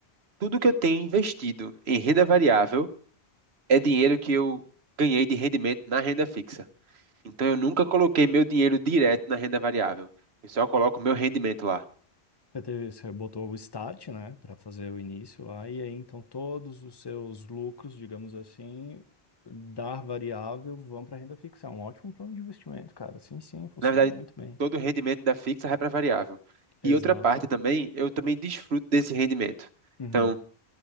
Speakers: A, on the right; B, on the left.
A: tudo que eu tenho investido em renda variável é dinheiro que eu ganhei de rendimento na renda fixa. Então eu nunca coloquei meu dinheiro direto na renda variável. Eu só coloco meu rendimento lá.
B: Você teve, você botou o start, né, para fazer o início lá, e aí então todos os seus lucros, digamos assim, da variável vão para renda fixa. É um ótimo plano de investimento, cara. Sim, sim, funciona
A: Na verdade,
B: muito bem.
A: todo o rendimento da fixa vai para variável.
B: Exato.
A: E outra parte também, eu também desfruto desse rendimento.
B: Uhum.
A: Então